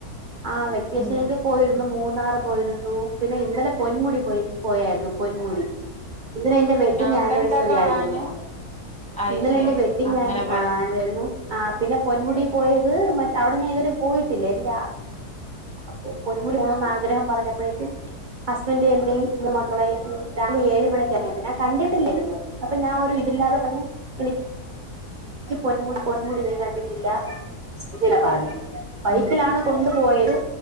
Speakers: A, on the right; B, in the centre.
A: ആ വെക്കേഷനൊക്കെ
B: ഉം
A: പോയിരുന്നു മൂന്നാറ് പോയിരുന്നു പിന്നെ ഇന്നലെ പൊന്മുടി പോയി പോയായിരുന്നു പൊന്മുടി ഇന് അയിന്റെ വെഡ്ഡിങ്്
B: അവിടെ
A: ആനിവേഴ്സറി
B: എന്താ കാണാന്
A: ആയിരുന്നു
B: അയ്
A: ഇന്നലെ
B: ശരി
A: എന്റെ വെഡി
B: അങ്ങനെ
A: ആ
B: പോയത്
A: ആ ആരുന്നു ആ പിന്നെ പൊന്മുടി പോയത് മറ്റ അവിടെ ഞാൻ ഇതുവരും പോയിട്ടില്ല എന്റെ അപ്പൊ പൊന്മുളിണന്ന് ആഗ്രഹം പറഞ്ഞപ്പോഴേക്കും ഹസ്ബന്ഡ എന്നെയും മൂ മക്കളെയും രാവിലെ ഏഴ് മണിക്ക്റങ്ങിയത്ത് ഞാൻ കണ്ടിട്ടില്ലായിരുന്നു അപ്പൊ ഞാൻ ഒരു ല്ലാതെ പറ എനി
B: ഉ
A: എനിക്ക് പൊമ പൊന്മുടികൾ കണ്ടിട്ടില്ല ഇനാ പറഞ്ഞു ബൈക്കിലാണ്
B: ഉം
A: കൊണ്ടുപോയത്